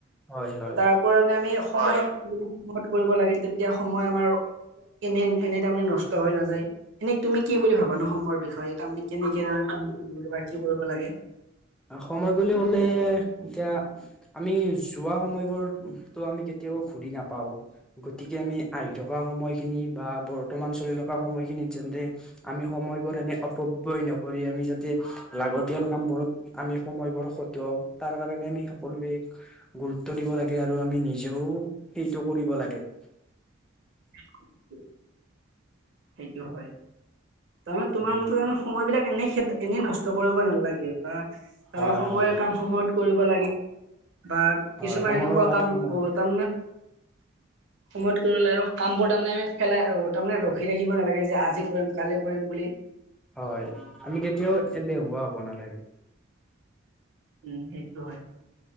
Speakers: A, in the centre; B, on the right (about 65°).
A: হয় হয়
B: তাৰপৰা মানে আমি সময় সময়ত কৰিব লাগে তেতিয়া সময় আমাৰ এনে এনে তাৰমানে নষ্ট হৈ নাযায়। এনে তুমি কি বুলি ভাবা নো সময়ৰ বিষয়ে? তাৰমানে কেনেকে <unintelligible> কাম কৰিব লাগে বা কি কৰিব লাগে।
A: সময় বুলি কলে এতিয়া আমি যোৱা সময়বোৰতো আমি কেতিয়া তিয়াও ঘূৰি নাপাও। গতিকে আমি আহি থকা সময়খিনিত বা বৰ্তমান চলি থকা সময়খিনিত যেন্তে আমি স সময়বোৰ এনে অপব্যয় নকৰি আমি যাতে লাগতিয়াল কাম বোৰত আমি সময়বোৰ খটোৱাও, তাৰ কাৰণে আমি সকলোৱে গুৰুত্ব দিব লাগে আৰু আমি নিজেও সেইটো কৰিব লাগে।
B: <inaudible> সেইটো হয়। তাৰমানে তোমাৰ
A: অ।
B: মতে তাৰমানে সময় বিলাক এনে খেদ এনে নষ্ট কৰিব নালাগে বা তাৰ
A: হয়
B: সময়ৰ
A: হয়।
B: কাম সময়ত কৰি ব লাগে বা
A: হয়
B: কিছুমান
A: সময়ৰ
B: এনেকুৱা
A: গাত
B: কাম
A: সময়
B: অ তাৰমানে সময়ত কৰিব লাগে আৰু কাম বোৰ তাৰমানে পেলাই আহ তাৰমানে ৰখি ৰাখিব নালাগে যে আজি কৰিম, কালি কৰিম বুলি।
A: হয়। আমি কেতিয়াও এলেহুৱা হ'ব নালাগে।
B: উম সেইটো হয়।